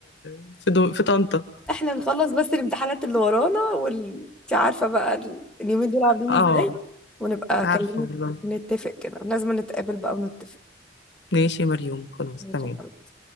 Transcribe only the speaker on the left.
<laughs> في دو... في طنطا
اه
عارفة والله
ماشي يا مريوم خلاص
تمام